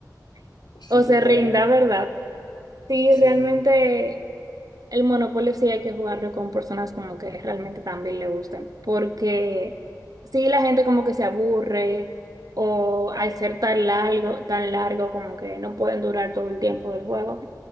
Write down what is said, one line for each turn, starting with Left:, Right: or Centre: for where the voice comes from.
Right: <laughs>
Left: sí,
Right: o
Left: total,
Right: se rinda, ¿verdad? Sí,
Left: sí,
Right: realmente el monopolio sí hay que jugarlo con personas como que realmente también le gusten, porque sí, la gente como que se aburre o al ser tan largo, tan largo como que no pueden durar todo el tiempo del juego.